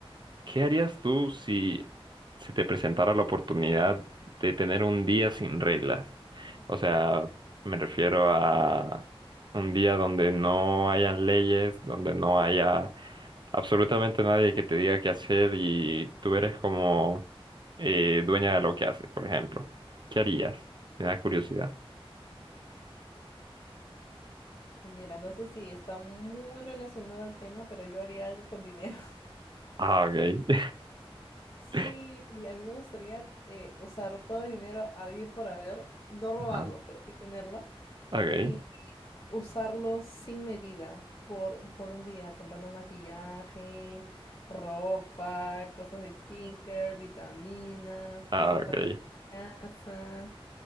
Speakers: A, on the right; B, on the left.
A: ¿Qué harías tú si se te presentara la oportunidad de tener un día sin reglas? O sea, me refiero a un día donde no hayan leyes, donde no haya absolutamente nadie que te diga qué hacer y tú eres como eh, dueña de lo que haces, por ejemplo. ¿Qué harías? Me da curiosidad.
B: Mira, no sé si está muy relacionado al tema, pero yo haría algo con dinero. <laughs>
A: Ah, ok.
B: Sí,
A: <laughs>
B: y a mí me gustaría eh, usar todo el dinero habido y por haber, no robarlo,
A: Ajá.
B: pero sí tenerlo,
A: Ok.
B: y usarlo sin medida por, por un día, comprando maquillaje, ropa, cosas de skincare, vitaminas,
A: Ah,
B: cosas
A: ok.
B: para la casa.